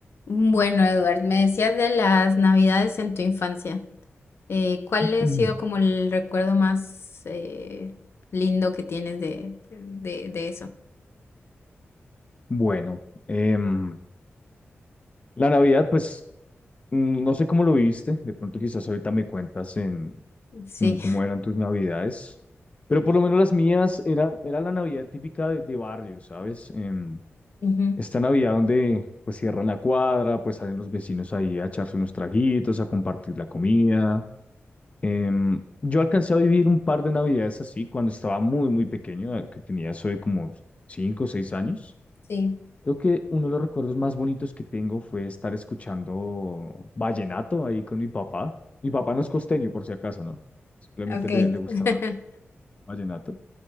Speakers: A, on the left (about 60°); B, on the left (about 30°).
A: Bueno, Edward, me decías de las navidades en tu infancia. Eh, ¿cuál ha
B: Mm,
A: sido como el recuerdo más eh, lindo que tienes de, de, de eso?
B: Bueno, em, la Navidad, pues mm, no sé cómo lo viviste, de pronto quizás ahorita me cuentas en
A: Sí.
B: cómo, cómo eran tus Navidades, pero por lo menos las mías eran, era la Navidad típica de, de barrio, ¿sabes? Em,
A: Ujú,
B: esta Navidad donde pues cierran la cuadra, pues salen los vecinos ahí a echarse unos traguitos, a compartir la comida. Em, yo alcancé a vivir un par de Navidades así cuando estaba muy, muy pequeño, eh, que tenía eso de como cinco o seis años.
A: Sí,
B: Creo que uno de los recuerdos más bonitos que tengo fue estar escuchando vallenato ahí con mi papá. Mi papá no es costeño, por si acaso, ¿no? Simplemente
A: ok.
B: le, le gustaba
A: <laughs>
B: vallenato.